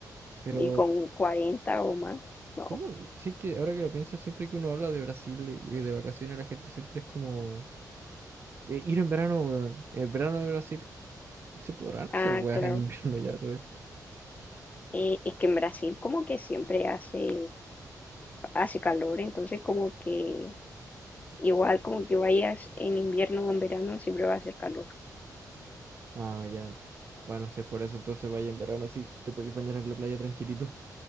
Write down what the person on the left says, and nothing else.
Y con 40 o más. No.
Ah,
claro.
Eh, es que en Brasil como que siempre hace, hace calor, entonces como que igual como que vayas en invierno o en verano siempre va a hacer calor.